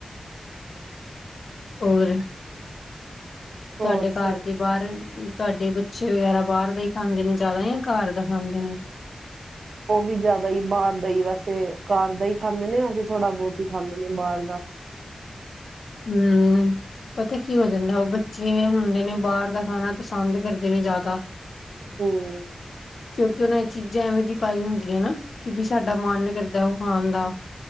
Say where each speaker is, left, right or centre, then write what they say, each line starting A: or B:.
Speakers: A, on the left; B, on the right.
A: ਹੋਰ
B: ਹੋਰ
A: ਤੁਹਾਡੇ ਘਰ
B: ਸਭ
A: ਦੇ ਬਾਹਰ ਤੁਹਾਡੇ ਬੱਚੇ ਵਗੈਰਾ ਬਾਹਰ ਦਾ ਹੀ ਖਾਂਦੇ ਨੇ ਜ਼ਿਆਦਾ ਜਾਂ ਘਰ ਦਾ ਖਾਂਦੇ ਨੇ
B: ਉਹ ਵੀ ਜ਼ਿਆਦਾ ਹੀ ਬਾਹਰ ਦਾ ਹੀ ਵੈਸੇ ਘਰ ਦਾ ਹੀ ਖਾਂਦੇ ਨੇ ਵੈਸੇ ਥੋੜ੍ਹਾ ਬਹੁਤ ਹੀ ਖਾਂਦੇ ਨੇ ਬਾਹਰ ਦਾ
A: ਹਮ-ਮ-ਮ ਪਤਾ ਕੀ ਹੋ ਜਾਂਦਾ ਉਹ ਬੱਚੇ ਹੁੰਦੇ ਨੇ ਬਾਹਰ ਦਾ ਖਾਣਾ ਪਸੰਦ ਕਰਦੇ ਨੇ ਜ਼ਿਆਦਾ
B: ਹਮ
A: ਕਿਉਂਕਿ ਉਹ ਨੇ ਚੀਜ਼ਾਂ ਐਵੇਂ ਜਿਹੀ ਪਾਈ ਹੁੰਦੀਆਂ ਨਾ ਕਿ ਵੀ ਸਾਡਾ ਮਨ ਕਰਦਾ ਉਹ ਖਾਣ ਦਾ